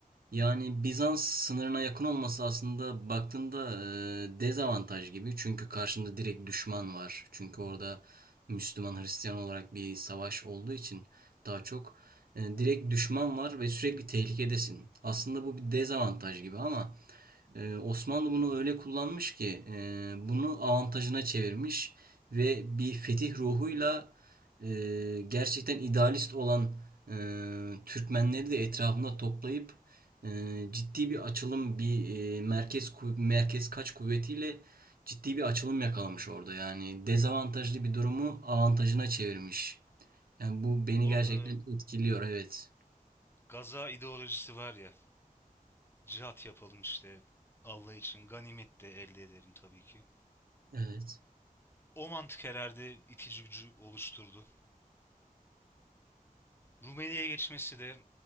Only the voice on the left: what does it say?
Orada
gaza ideolojisi var ya. Cihat yapalım işte Allah için ganimet de elde edelim tabii ki.
O mantık herhalde itici gücü oluşturdu. Rumeli'ye geçmesi de